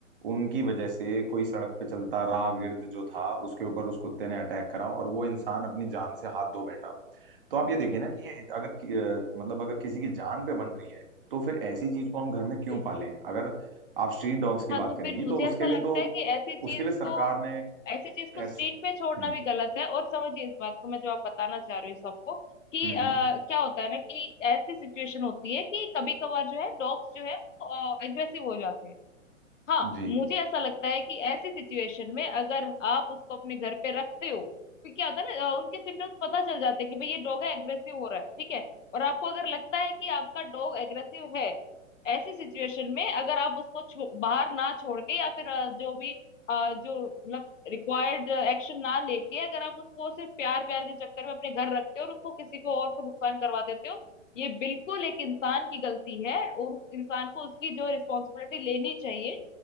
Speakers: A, on the right; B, on the left.
A: उनकी वजह से कोई सड़क पे चलता राहगीर जो था उसके ऊपर उस कुत्ते ने अटैक करा और वो इंसान अपनी जान से हाथ धो बैठा तो आप ये देखिए ना कि ये अगर कि- अ, मतलब अगर किसी की जान पे बन रही है तो फिर ऐसी चीज को हम घर में क्यों
B: बिल्कुल
A: पालें अगर आप स्ट्रीट डॉग्स की
B: हाँ
A: बात
B: तो
A: करेंगी
B: फिर मुझे
A: तो उसके
B: ऐसा
A: लिए
B: लगता
A: तो
B: है कि ऐसी चीज
A: उसके लिए सरकार
B: को
A: ने
B: ऐसी चीज को
A: एस
B: स्ट्रीट पे छोड़ना
A: हम्म
B: भी गलत है और समझिए इस बात को मैं जो आप बताना चाह रही हूँ सबको कि
A: हम्म
B: अ,
A: हम्म,
B: क्या होता है ना कि ऐसी सिचुएशन होती है कि कभी कभार जो है डॉग्स जो है वो एग्रेसिव हो जाते हैं हाँ
A: जी
B: मुझे ऐसा लगता है कि ऐसी सिचुएशन में अगर आप उसको अपने घर पे रखते हो तो क्या होता है ना अ, उनके सिम्टम्स पता चल जाते हैं कि भाई ये डॉग है एग्रेसिव हो रहा है ठीक है और आपको अगर लगता है कि आपका डॉग एग्रेसिव है ऐसी सिचुएशन में अगर आप उसको छो- बाहर ना छोड़ के या फिर अ, जो भी अ, जो मतलब रिक्वायर्ड एक्शन ना लेके अगर आप उसको सिर्फ प्यार प्यार के चक्कर में अपने घर रखते हो और उसको किसी को और को नुकसान करवा देते हो ये बिल्कुल एक इंसान की गलती है और उस इंसान को उसकी जो रिस्पॉन्सिबिलिटी लेनी चाहिए